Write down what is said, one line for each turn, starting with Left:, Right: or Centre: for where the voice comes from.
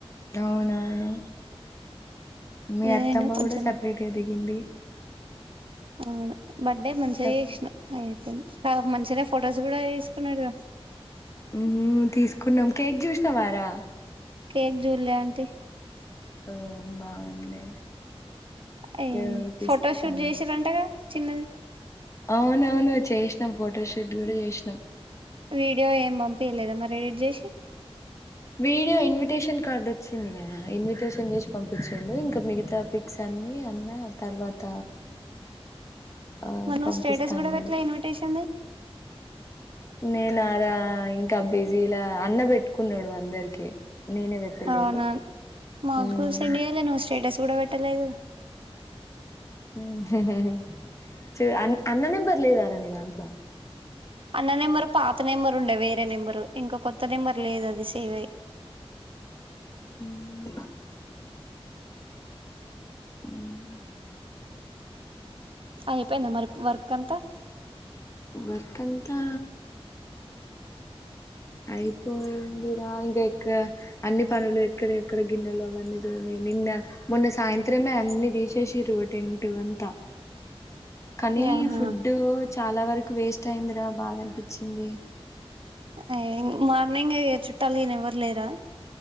Left: అవునవును మీ
Right: ఏదైనా
Left: అత్తమ్మ
Right: కొంచెం
Left: గూడా సపరేట్గా దిగింది
Right: అవును బడ్డే మంచిగా
Left: సపరేట్
Right: జెశనవ్ మంచిగానే ఫొటోస్ కూడా తీస్కునడ్ గ
Left: మ్ తీసుకున్నాం కేక్ చుశానవారా
Right: కేక్ జూల్లే ఆంటీ
Left: ఆ బాగుండే
Right: ఏయ్
Left: చూపిస్తాను
Right: ఫోటో షూట్ జేసిరంటగా చిన్నది
Left: అవునవును చేశినం ఫోటోషూట్ కూడా జేశినం
Right: వీడియో ఏం బంపియలేదా మరి ఎడిట్ జేశి
Left: వీడియో ఇన్విటేషన్ కార్డ్ వొచ్చింది గదా ఇన్విటేషన్ జేశి పంపిచ్చిండు ఇంగ మిగతా పిక్స్ అన్నీ అన్న తర్వాత ఆ
Right: మర్నువ్
Left: పంపిస్తా
Right: స్టేటస్ గూడా
Left: అన్నాడు
Right: వెట్లే ఇన్విటేషన్ది
Left: నేనా రా ఇంకా బిజీలా అన్న వెట్టుకున్నడు అందరికి నేనే పెట్టలేదు
Right: అవునా మగూ
Left: ఉమ్.
Right: గూడా సెండ్ చేయాలే నువు స్టేటస్ గూడా వెట్టలేదు
Left: మ్ హే హే హే చ్ అన్ అన్న నెంబర్ లేదారా నీదాంట్లా
Right: అన్న నెంబరు పాత నెంబరు ఉండే వేరే నెంబరు ఇంకా కొత్త నెంబర్ లేదు అది సేవయ్
Left: ఉమ్. ఉమ్
Right: అపేయింద మర్ప్ వర్క్ అంతా
Left: వర్క్ంతా అయిపోయింది రా ఇంకెక్క అన్ని పనులు ఎక్కడియక్కడ గిన్నెలవన్నీ తోమ్ నిన్న మొన్న సాయంత్రమే అన్ని దిశేషిర్రు టెంటు అంతా కానీ
Right: ఆహా
Left: ఫుడ్డు చాలా వరకు వేస్ట్ అయిందిరా బాధన్పిచ్చింది
Right: ఎ ఏంగ్ మార్నింగే చుట్టాల్ గినెవ్వరు లేరా